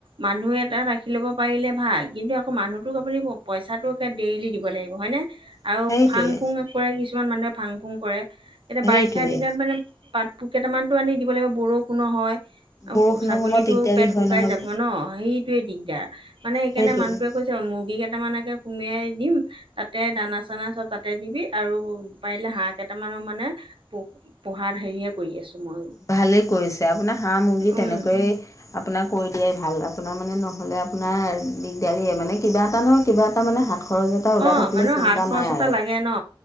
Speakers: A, on the right; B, on the left.
A: মানুহ এটা ৰাখি ল'ব পাৰিলে ভাল, কিন্তু আকৌ মানুহটোক আপুনি পইচাটো ডেইলি দিব লাগিব। হয়নে।
B: সেইটোৱে
A: আৰু ফাং ফুং কৰে কিছুমান মানুহে ফাং ফুং কৰে
B: সেইটোৱে
A: এতিয়া বাৰিষা দিনত মানে পাত কেইটামানতো আনি দিব লাগিব বৰষুণো হয়। আৰু
B: বৰষুণৰ
A: ছাগলীতটো
B: সময়ত দিগদাৰী
A: পেট
B: হয়
A: শুকাই
B: নহয়
A: যাব ন সেইটোৱে দিগদাৰ, মানে সেইকাৰণে
B: সেইটোৱে
A: মানুহটোৱে কৈছে মুৰ্গী কেইটামানকে সুমিয়াই দিম তাতে দানা দানা চ'ব তাতে দিবি আৰু পাৰিলে হাঁহ কেইটামানো মানে প পোহাত হে কৰি আছোঁ মইয়ো।
B: ভালে কৰিছে, আপোনাৰ হাঁহ মুৰ্গী তেনেকৈয়ে
A: উম
B: আপোনাৰ কৈ দিয়াই ভাল আপোনাৰ মানে নহ'লে আপোনাৰ দিগদাৰিয় মানে কিবা এটা নহয় কিবা এটা মানে হাত খৰচ এটা ওলাই
A: অ',
B: থাকিলে
A: মানুহৰ
B: চিন্তা
A: হাত খৰচ
B: নাই
A: এটা
B: আৰু
A: লাগে ন